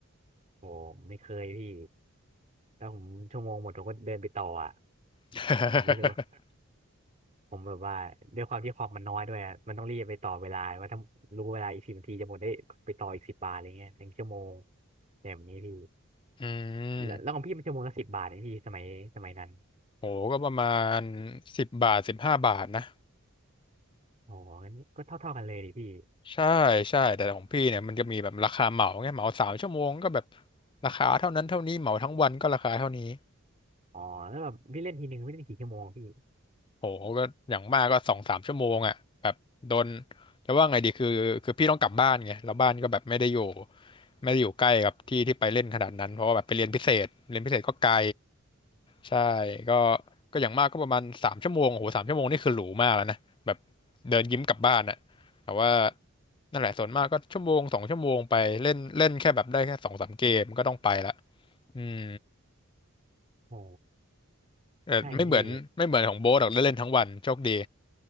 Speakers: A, on the right (about 35°); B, on the left (about 20°).
A: โอ้ไม่เคยพี่แล้วผมชั่วโมงหมดผมก็เดินไปต่ออ่ะ
B: <laughs>
A: ผมรู้สึกว่า ผมแบบว่าด้วยความที่คอมมันน้อยด้วยอะมันต้องรีบไปต่อเวลาว่าถ้ารู้เวลาอีกสิบนาทีจะหมดได้ไปต่ออีกสิบบาทอะไรเงี้ยหนึ่งชั่วโมงอย่างแบบนี้พี่
B: อืม
A: แล้วแล้วของพี่มันชั่วโมงละสิบบาทนี่พี่สมัยสมัยนั้น
B: โหก็ประมาณสิบบาทสิบห้าบาทนะ
A: อ๋องั้นก็เท่าเท่ากันเลยดิพี่
B: ใช่ใช่แต่ของพี่เนี่ยมันจะมีแบบราคาเหมาไงเหมาสามชั่วโมงก็แบบราคาเท่านั้นเท่านี้เหมาทั้งวันก็ราคาเท่านี้
A: อ๋อแล้วแบบพี่เล่นทีหนึ่งพี่เล่นกี่ชั่วโมงพี่
B: โหก็อย่างมากก็สองสามชั่วโมงอ่ะแบบโดนจะว่าไงดีคือคือพี่ต้องกลับบ้านไงแล้วบ้านก็แบบไม่ได้อยู่ไม่ได้อยู่ใกล้กับที่ที่ไปเล่นขนาดนั้นเพราะว่าแบบไปเรียนพิเศษเรียนพิเศษก็ไกลใช่ก็ก็อย่างมากก็ประมาณสามชั่วโมงโอ้โหสามชั่วโมงนี่คือหรูมากแล้วนะแบบเดินยิ้มกลับบ้านอ่ะแต่ว่านั่นแหละส่วนมากก็ชั่วโมงสองชั่วโมงไปเล่นเล่นแค่แบบได้แค่สองสามเกมก็ต้องไปละอืม
A: อ๋อ
B: เออไม่เหมือนไม่เหมือนของโบ๊ทหรอกได้เล่นทั้งวันโชคดี
A: ใช่พี่